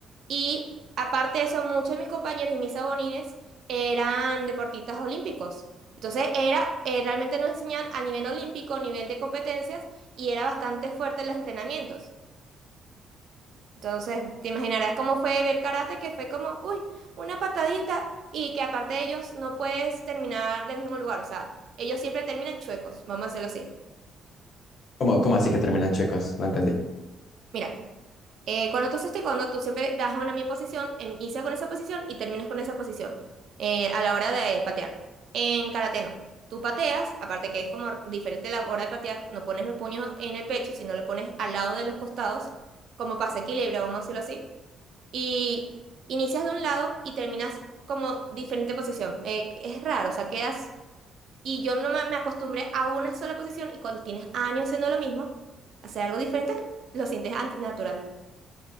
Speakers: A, on the right; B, on the left.
A: Y aparte de eso, muchos de mis compañeros y mis abonines eran deportistas olímpicos. Entonces era, eh, realmente nos enseñaban a nivel olímpico, nivel de competencias, y era bastante fuerte en los entrenamientos. Entonces, te imaginarás cómo fue ver karate, que fue como, uy, una patadita y que aparte de ellos no puedes terminar del mismo lugar, o sea, ellos siempre terminan chuecos, vamos a hacerlo así.
B: ¿Cómo, cómo así que terminan chicos? No entendí.
A: Mira, eh, cuando tú haces taekwondo, tú siempre das una misma posición, em- inicias con esa posición y terminas con esa posición eh, a la hora de patear. En karate no. Tú pateas, aparte que es como diferente la hora de patear, no pones los puños en el pecho, sino lo pones al lado de los costados, como pasa equilibrio, vamos a decirlo así. y inicias de un lado y terminas como diferente posición. Eh, es raro, o sea, quedas... Y yo no me, me acostumbré a una sola posición y cuando tienes años haciendo lo mismo, hacer algo diferente, lo sientes antinatural.